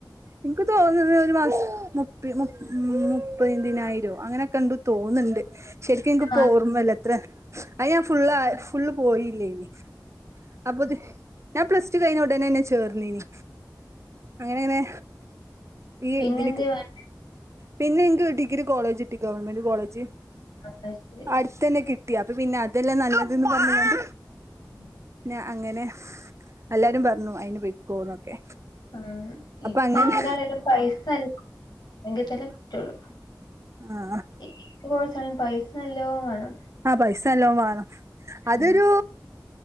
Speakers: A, on the right; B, on the left.
A: ഇൻക്ക് തോന്നുണെ ഒരു മാസം മുപ്പി മുപ്പതിനായിരോ അങ്ങനെക്കെ ഇണ്ട് തോന്ന്ണ്ട് ശരിക്ക് ഇൻക്ക്
B: ആ
A: പോർമ്മല്ല എത്ര അത് ഞാൻ ഫുള് ഫുള്ള് പോയില്ലേയ്നി അപ്പൊത് ഞാൻ പ്ലസ് ടു കഴിഞ്ഞ ഉടനെന്നെ ചേർന്നനി അങ്ങനെണ് ഈ
B: പിന്നെന്തേ
A: ഇതി
B: ആ ശരി പിന്നെന്ത് വേണം?
A: പിന്നെ ഇൻക് ഡിഗ്രി കോളേജ് കിട്ടി ഗവൺമെന്റ് കോളേജ്
B: ആകശത്ത്ല്
A: അടുത്തന്നെ കിട്ടി അപ്പ പിന്നെ അതെല്ലറ നല്ലത്ന്ന് പറഞ്ഞ്ങ്ങാണ്ട്
B: ഉം
A: അ അങ്ങനെ എല്ലാരും പറഞ്ഞു അയിന് പൊയ്ക്കോന്നൊക്കെ
B: ഉം
A: അപ്പൊ
B: ഇപ്പ
A: അങ്ങനെ
B: എന്താണ പൈസല്ലങ്കിൽ തന്നെ പറ്റുള്ളു
A: ആഹ്
B: ഏത് കോയ്സായാലും പൈസ നല്ലോ വാണം
A: ആഹ് പൈസ നല്ലോ വേണം അതൊരു
B: ഉം